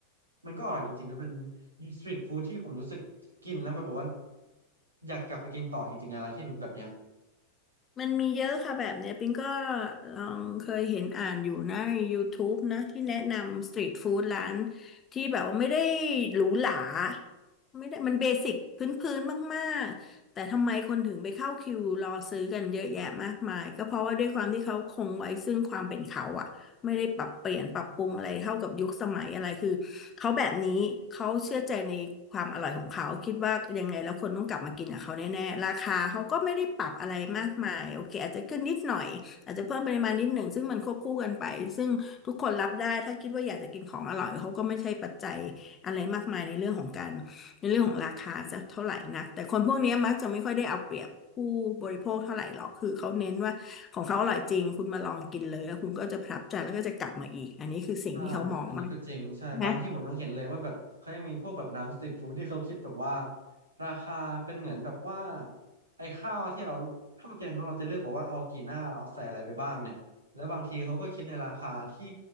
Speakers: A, on the right (about 80°); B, on the left (about 20°).
A: มันก็อร่อยจริงๆนะเป็นสตรีทฟู้ดที่ผมรู้สึกกินแล้วมันแบบว่าอยากกลับไปกินต่อจริงๆอะไรที่แบบเนี้ย
B: มันมีเยอะค่ะแบบเนี้ยปิงก็ลองเคยเห็นอ่านอยู่นะใน YouTube นะที่แนะนำสตรีทฟู้ดร้านที่แบบว่าไม่ได้หรูหราไม่ได้มันเบสิกพื้นๆมากๆแต่ทำไมคนถึงไปเข้าคิวรอซื้อกันเยอะแยะมากมายก็เพราะว่าด้วยความที่เขาคงไว้ซึ่งความเป็นเขาอะ ไม่ได้ปรับเปลี่ยนปรับปรุงอะไรเท่ากับยุคสมัยอะไรคือเขาแบบนี้เขาเชื่อใจในความอร่อยของเขาคิดว่ายังไงแล้วคนต้องกลับมากินกับเขาแน่ๆราคาเขาก็ไม่ได้ปรับอะไรมากมายโอเคอาจจะขึ้นนิดหน่อยอาจจะเพิ่มปริมาณนิดหนึ่งซึ่งมันควบคู่กันไปซึ่งทุกคนรับได้ถ้าคิดว่าอยากจะกินของอร่อยเขาก็ไม่ใช่ปัจจัยอะไรมากมายในเรื่องของการ ในเรื่องของราคาจะเท่าไหร่นักแต่คนพวกเนี้ยมักจะไม่ค่อยได้เอาเปรียบผู้บริโภคเท่าไหร่หรอกคือเขาเน้นว่าของเขาอร่อยจริงคุณมาลองกินเลยแล้วคุณก็จะประทับใจแล้วก็จะกลับมาอีกอันนี้คือสิ่งที่เขามองมาก
A: ใช่อันนี้ก็จริงใช่บางที่ผมยังเห็นเลยว่าแบบเขายังมีพวกแบบร้านสตรีทฟู้ดที่เขาคิดแบบว่า
B: นะ
A: ราคาเป็นเหมือนแบบว่าไอ้ข้าวที่เราข้าวแกงของเราจะเลือกบอกว่าเอากี่หน้าเราใส่อะไรไปบ้างเนี่ยแล้วบางทีเขาก็คิดในราคาที่